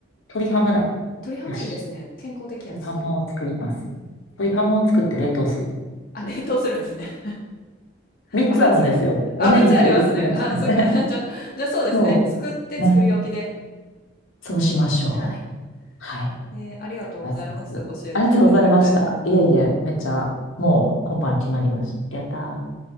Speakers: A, on the left; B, on the left.
A: 鶏ハムだ。
B: 鶏ハムいいですね。
A: よし。
B: 健康的やし。
A: 鶏ハムを作ります。
B: うんうん。
A: 鶏ハムを作って冷凍する。
B: あ、あ冷凍するんですね。<laughs>
A: 三つあるんですよ。
B: 食べずに。あ、
A: 胸肉多くなっちうね。
B: めっちゃありますね。あ、そうか。<laughs> じゃあ、じゃあそうですね。
A: <laughs> そ
B: 作って作り置きで。
A: う。ね。そうしましょ
B: はい。
A: う。はい。
B: えーありがとうございます。
A: 絶対そうする。
B: 教えていただいて。
A: ありがとうございました。いえいえ、めっちゃ、もう今晩決まりました。やったー。